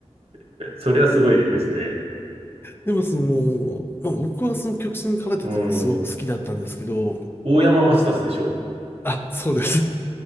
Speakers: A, on the right; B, on the left.
A: <laughs> それはすごいですね。
B: でもその、まあ、僕はその極真空手っていうのがすごく好きだったんですけど、
A: うん。大山マスターズでしょ
B: あ、そうです。